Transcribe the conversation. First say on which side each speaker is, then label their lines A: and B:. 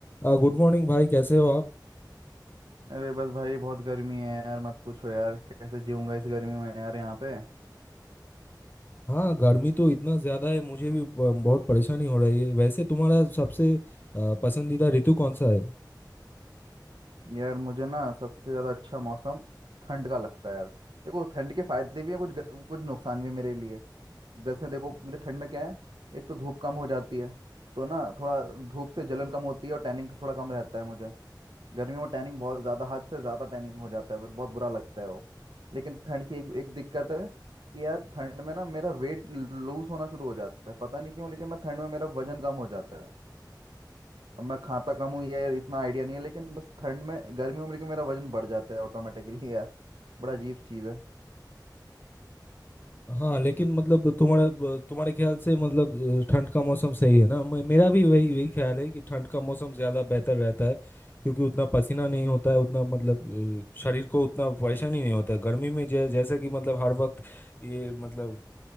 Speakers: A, on the left (about 25°); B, on the right (about 85°).
A: आ, good morning भाई कैसे हो आप
B: अरे बस भाई बहुत गर्मी है यार मत पूछो यार कैसे जीऊंगा इस गर्मी में यार यहाँ पे
A: हाँ गर्मी तो इतना ज़्यादा है मुझे भी ब- बहुत परेशानी हो रही है वैसे तुम्हारा सबसे आ, पसंदीदा ऋतु कौन सा है
B: यार मुझे ना सबसे ज़्यादा अच्छा मौसम ठंड का लगता है यार देखो ठंड के फायदे भी हैं कुछ ग- कुछ नुकसान भी है मेरे लिए जैसे देखो मेरे ठंड में क्या है एक तो धूप कम हो जाती है तो ना थोड़ा धूप से जलन कम होती है और टैनिंग थोड़ा कम रहता है मुझे गर्मियों में टैनिंग बहुत ज़्यादा हद से ज़्यादा टैनिंग हो जाता है फिर बहुत बुरा लगता है वो लेकिन ठंड की एक एक दिक्कत है कि यार ठंड में ना मेरा वेट लूज होना शुरू हो जाता है पता नहीं क्यों लेकिन मैं ठंड में मेरा वजन कम हो जाता है अब मैं खाता कम हूँ यार इतना आइडिया नहीं है लेकिन बस ठंड में गर्मियों में लेकिन मेरा वजन बढ़ जाता है ऑटोमेटिकली <laughs> यार बड़ा अजीब चीज़ है
A: हाँ लेकिन मतलब तुम्हारा ब- तुम्हारे ख्याल से मतलब अ, ठंड का मौसम सही है ना मे- मेरा भी वही वही ख्याल है कि ठंड का मौसम ज़्यादा बेहतर रहता है क्योंकि उतना पसीना नहीं होता है उतना मतलब अ, शरीर को उतना परेशानी नहीं होता है गर्मी में जै, जैसा कि मतलब हर वक्त ये मतलब